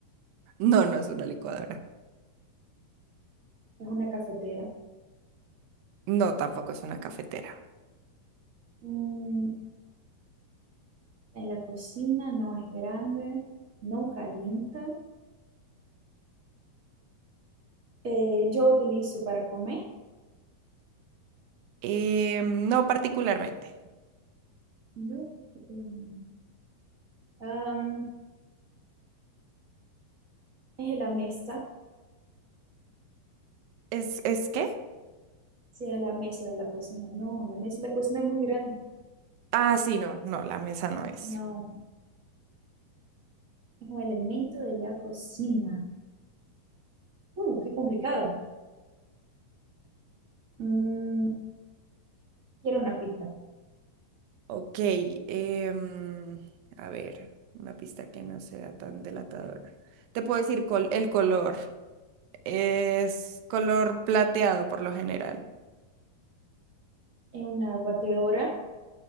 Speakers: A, on the right; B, on the right.
A: No, no es una licuadora.
B: es una cafetera.
A: No, tampoco es una cafetera.
B: Mm, en la cocina no es grande, no calienta. Eh, yo utilizo para comer.
A: Em, no particularmente.
B: No particularmente. Am, es la mesa,
A: ¿Es, es qué?
B: si es la mesa de la cocina. No, la mesa de la cocina es muy grande.
A: Ah, sí, no, no, la mesa no es.
B: No, es un elemento de la cocina. Uh, qué complicado. Mm, quiero una pista.
A: Ok, em, a ver, una pista que no sea tan delatadora. Te puedo decir col- el color. Es color plateado por lo general.
B: Es una batedora.